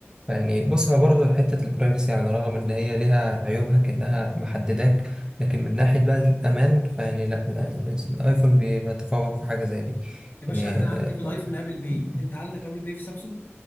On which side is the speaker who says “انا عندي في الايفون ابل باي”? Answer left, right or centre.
Left